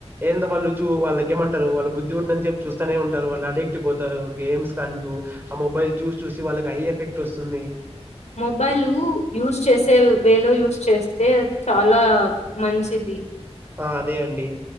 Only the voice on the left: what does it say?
మొబైల్ యూస్ చేసే వేలో యూస్ చేస్తే చాలా మంచ్ ఇది